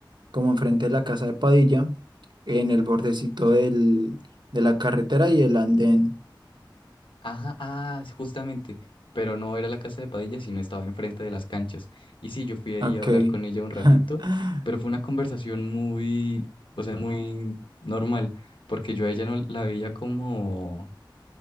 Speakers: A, on the right; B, on the left.
A: como enfrente de la casa de Padilla, en el bordecito del, de la carretera y el andén.
B: Ajá, ah, sí, justamente, pero no era la casa de Padilla, sino estaba enfrente de las canchas. Y sí, yo fui ahí
A: Ok.
B: a hablar con ella un ratito,
A: <laughs>
B: pero fue una conversación muy, o sea, muy normal, porque yo a ella no la veía como,